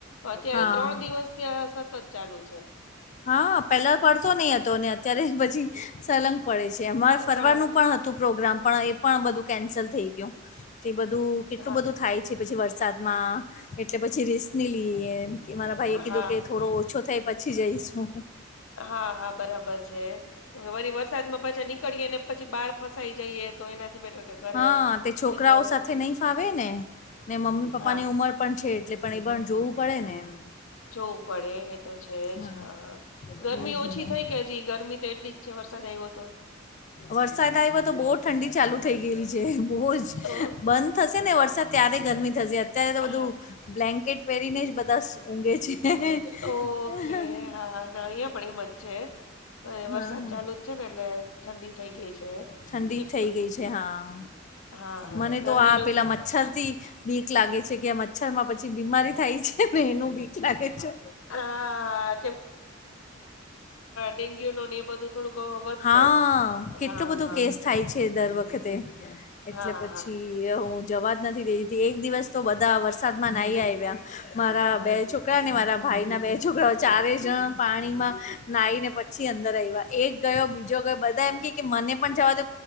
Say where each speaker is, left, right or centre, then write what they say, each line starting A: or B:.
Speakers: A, on the left (about 85°); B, on the left (about 35°).
A: અત્યારે
B: હા.
A: ત્રણ દિવસ થી આ સતત ચાલુ છે.
B: હા પેલા પડતો નઈ, હતો અત્યારે પછી સલંગ પડે છે. અમારે ફરવાનું
A: સળંગ
B: પણ હતું પ્રોગ્રામ પણ એ પણ બધું કેન્સલ થઈ ગયુ, તે બધું કેટલું
A: હા
B: બધું થાય છે. પછી વરસાદમાં એટલે પછી રીસ ની લઈએ કે મારા ભાઈ એ કીધું,
A: હા
B: કે થોડો ઓછો થાય પછી જઈશ હુ
A: હા-હા બરાબર છે. કેમ વરી વરસાદમાં પાછા નીકળીએે ને પછી બહાર ફસાઈ જઈએ તો એનાથી બેટર કે ઘરે
B: હા તે છોકરાઓ
A: હોય તો
B: સાથે
A: કેન્સલ
B: નહી, ફાવે
A: નહીં.
B: ને ને મમ્મી પપ્પાની
A: હા
B: ઉંમર પણ છે, એટલે પણ એ પણ જોવું પડે ને એમ
A: જોવું પડે તો છે
B: હા
A: જ હાા
B: એજ
A: ગરમી ઓછી
B: ને.
A: થઈ કે હજી ગરમી તો એટલી જ છે. વરસાદ આવ્યો તો
B: વરસાદ આવ્યો તો બહુ ઠંડી ચાલુ થઈ ગયેલી છે. બહુ જ
A: ઓ
B: બંધ થશે ને વરસાદ ત્યારે ગરમી, થશે અત્યારે તો બધું
A: હા.
B: બ્લેન્કેટ પહેરીને જ બધા ઊંઘે છે. હા
A: ઓકે હા ના અહં પણ એ મજ છે. હવે
B: હા-હા
A: વરસાદ ચાલુ જ છે ને એટલે ઠંડી થઈ ગઈ છે.
B: ઠંડી
A: ચીપ
B: થઇ ગઈ છે, હા
A: હા હા
B: મને
A: ગરમીનો
B: તો આ પેલા
A: જ
B: મચ્છર થી બીક લાગે છે, કે આ મચ્છર માં પછી બીમારી થાય છે. નુંું, વીકલા કેેો
A: હા ડેન્્યુ એ બધું થોડુંક વધશે.
B: હા કેટલોું
A: હા
B: બધું
A: હા
B: કેસ થાય છે, દર વખતે એટલે
A: હા
B: પછી
A: હા
B: હુ જવાજ નથી, દે એક દિવસ તો બધા વરસાદ માં નાહી, આવ્યા મારા
A: હા
B: બે ચ છોકરા, ને મારા ભાઈના બે છોકરાઓ ચારેય જણ પાણીમાં નાઈને પછી અંદર આવ્યા એક ગયો બીજો ગયો બધા એમ કે કે મને પણ જવા દ